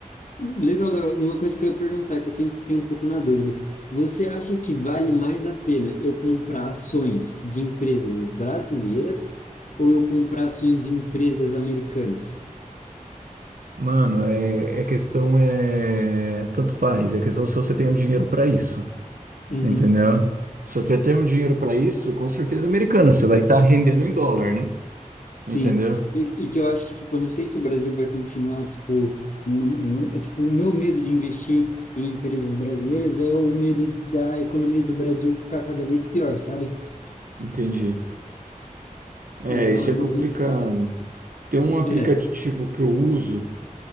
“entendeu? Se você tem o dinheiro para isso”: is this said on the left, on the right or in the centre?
Right